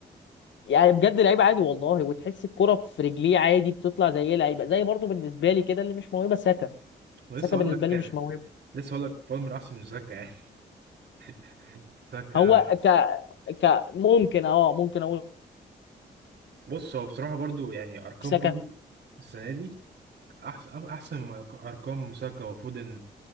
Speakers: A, on the left; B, on the right.
A: يعني بجد لعيب عادي والله وتحس الكرة في رجليه عادي بتطلع زي ايه لعيبه زي برضه بالنسبه لي كده اللي مش موهبه ساكا
B: ولسه
A: ساكا
B: اقول
A: بالنسبه
B: لك كده
A: لي مش موهبه
B: لسه اقول لك بالمر احسن من ساكا يعني <laughs> ساكا
A: هو ك ك ممكن اه ممكن اقول
B: بص هو بصراحه برضو يعني ارقام
A: ساكا
B: بالمر السنه دي احسن احسن من ارقام ساكا وفودن